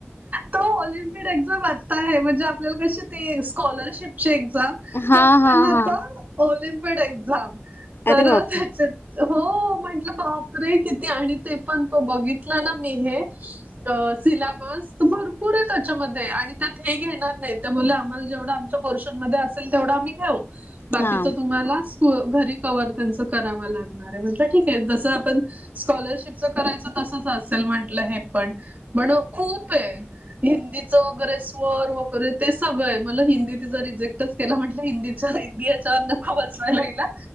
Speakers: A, on the right; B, on the left.
A: तो ऑलिम्पिड एक्झाम आत्ता आहे म्हणजे आपल्याला कशी ते स्कॉलरशिपची एक्झाम
B: हा
A: तसं त्यांना
B: हा
A: आता
B: हा
A: ऑलिमपीड एक्झाम तर
B: अरे बापरे
A: त्याच्यात हो म्हटलं बापरे किती आणि ते पण तो बघितलं ना मी हे अ सिलेबस भरपूर आहे त्याच्यामध्ये आणि त्यात हे घेणार नाही त्या बोलल्या आम्हाला जेवढं च्या पोर्शन असेल तेवढा आम्ही घेऊ बाकिचे
B: हा
A: तुम्हाला तू अ घरी कवर त्यांच कराव लागणार आहे म्हणलं ठीक आहे जसं आपण स्कॉलरशिप च्या करायचं तसच असेल म्हंटलं हे पण पण खूप आहे. हिंदीचं वगैरे स्वर वगैरे ते सगळंय मले हिंदी तिचा रिजेक्टच केला म्हटल हिंदचा <unintelligible> याच्यावर नको बसावयला हिला